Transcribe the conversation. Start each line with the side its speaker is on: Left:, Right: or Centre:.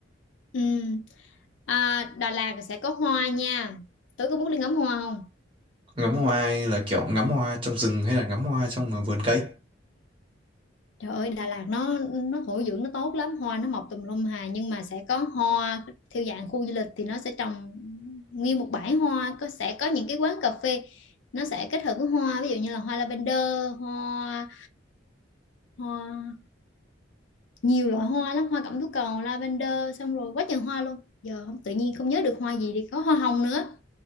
Left: ừ. à, Đà Lạt sẽ có hoa nha tối có muốn đi ngắm hoa không
Right: Ngắm hoa là kiểu ngắm hoa trong rừng hay là ngắm hoa trong vườn cây.
Left: Trời ơi, Đà Lạt nó nó thổ dưỡng nó tốt lắm, hoa nó mọc tùm lum hà nhưng mà sẽ có hoa theo dạng khu du lịch thì nó sẽ trồng nguyên một bãi hoa, có sẽ có những cái quán cà phê nó sẽ kết hợp với hoa, ví dụ như là hoa lavender, hoa hoa nhiều loại hoa lắm, hoa cẩm tú cầu, lavender xong rồi quá trời hoa luôn. Giờ không tự nhiên không nhớ được hoa gì thì có hoa hồng nữa.